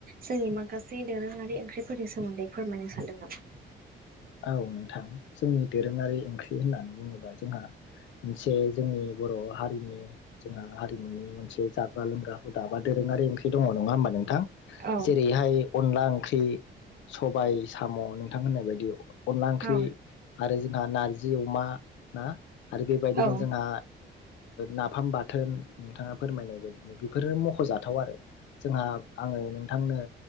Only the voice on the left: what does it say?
औ नोंथां जोंनि दोरोङारि ओंख्रि होननानै बुङोब्ला जोंहा मोनसे जोंनि बर' हारिनि जोंहा हारिमुनि मोनसे जाग्रा लोंग्रा हुदा बा दोरों रोङारि ओंख्रि दङ नङा होमबा नोंं थां
जेरैहाय अनला ओंख्रि सबाय साम' नोंथां होननाय बायदि अनला ओंख्रि
आरो जोंहा नारजि अमा ना आरो बेबायदिनो
जोंहा नाफाम बाथोन नोंथाङा फोरमायनाय बायदिनो बेफोरनो मखजाथाव आरो। जोंहा आङो नोंथांनो